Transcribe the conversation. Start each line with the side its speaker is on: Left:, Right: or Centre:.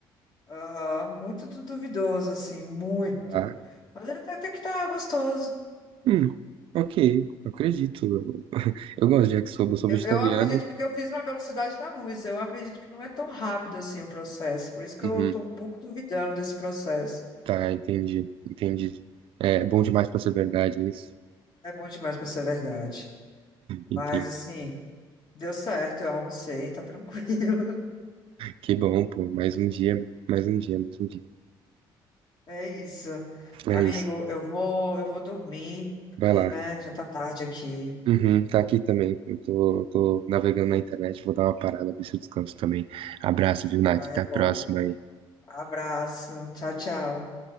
Left: Aham, muito du- duvidoso, assim, muito.
Right: Ah,
Left: Mas ele até, até que tá gostoso.
Right: hum, ok, eu acredito. Eu <laughs> eu gosto de yakisoba, eu sou
Left: Eu,
Right: vegetariano.
Left: eu acredito, porque eu fiz na velocidade da luz. Eu acredito que não é tão rápido assim o processo. Por isso que
Right: Uhum.
Left: eu tô um pouco duvidando desse processo.
Right: Tá, entendi, entendi. É é bom demais pra ser verdade, é isso?
Left: É bom demais pra ser verdade. Mas,
Right: Entendi.
Left: assim, deu certo, eu almocei, tá tranquilo. <laughs>
Right: Que bom, pô. Mais um dia, mais um dia, mais um dia.
Left: É isso.
Right: É
Left: Amigo,
Right: isso.
Left: eu vou, eu vou dormir, porque,
Right: Vai lá.
Left: né, já tá tarde aqui.
Right: Uhum, tá aqui também. Eu tô, tô navegando na internet, vou dar uma parada, ver se eu descanso também. Abraço, viu, Nath?
Left: Ah,
Right: Até
Left: é
Right: a próxima
Left: bom.
Right: aí.
Left: Abraço. Tchau, tchau.